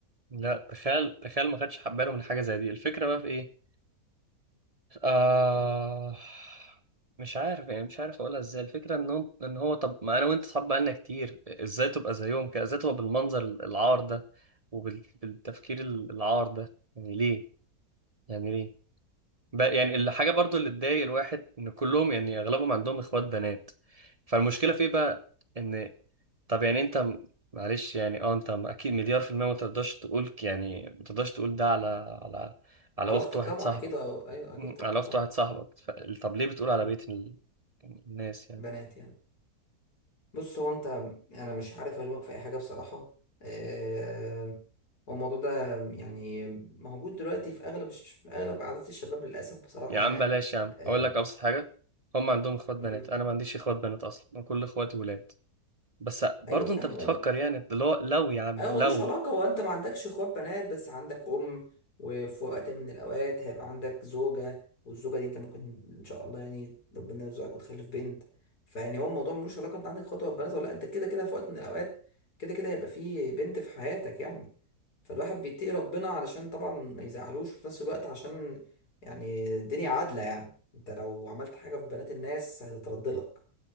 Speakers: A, on the right; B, on the left.
A: لا تخيل تخيل ما خدش باله من حاجه زي دي الفكره بقى في ايه آه
B: مم.
A: مش عارف يعني مش عارف اقولها ازاي الفكره ان هو ان هو طب ما انا وانت اصحاب بقالنا كتير ازاي تبقى زيهم كده ازاي تبقى بالمنظر العار ده وبالتفكير العار ده يعني ليه يعني ليه ب- يعني الحاجه برضو اللي تضايق الواحد ان كلهم يعني اغلبهم عندهم اخوات بنات فالمشكله في ايه بقى ان طب يعني انت م- معلش يعني اه انت م- اكيد مليار في المية ما تقدرش تقول ك- يعني ما تقدرش تقول ده على على على
B: علاقتك
A: اخت واحد
B: طبعا
A: صاحبك
B: أكيد أه، أيوه أكيد
A: م،
B: طبعا
A: على اخت
B: أه
A: واحد صاحبك ف... طب ليه بتقول على
B: مم.
A: بيت ال... الناس يعني
B: بنات يعني بص هو انت انا مش عارف الومك في اي حاجه بصراحه آه، هو الموضوع ده يعني موجود دلوقتي في اغلب الش- في اغلب عادات الشباب للاسف بصراحه
A: يا
B: يعني
A: عم بلاش يا عم
B: آه،
A: اقول لك ابسط حاجة هم عندهم اخوات
B: مم،
A: بنات انا ما عنديش اخوات بنات اصلا انا كل اخواتي ولاد بس برضو
B: ايوه فاهم
A: انت بتفكر يعني لو لو يا عم
B: ايوه
A: لو
B: ملوش علاقه هو انت ما عندكش اخوات بنات بس عندك ام وفي وقت من الاوقات هيبقى عندك زوجه والزوجه دي انت ممكن ان شاء الله يعني ربنا يرزقك وتخلف بنت فيعني هو الموضوع ملوش علاقه انت عندك اخوات ولا بنات ولا لأ، انت كده كده في وقت من الاوقات كده كده هيبقى في بنت في حياتك يعني فالواحد بيتقي ربنا علشان طبعا ما يزعلوش وفي نفس الوقت عشان يعني الدنيا عادله يعني انت لو عملت حاجه في بنات الناس هتترد لك